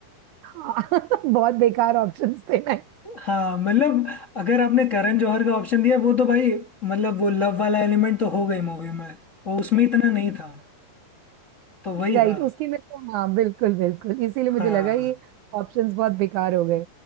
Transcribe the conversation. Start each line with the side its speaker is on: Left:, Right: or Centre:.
Right: हाँ <laughs> बहुत बेकार ऑप्शंस थे ना
Left: हाँ मतलब अगर आपने करण जौहर का ऑप्शन दिया वो तो भाई मतलब वो लव वाला एलिमेंट तो हो गई मूवी में वो उसमें इतना नहीं था तो वही
Right: राइट
Left: था
Right: <laughs> उसकी में तो हाँ बिल्कुल बिल्कुल इसीलिए मुझे
Left: हाँ
Right: लगा ये ऑप्शंस बहुत बेकार हो गए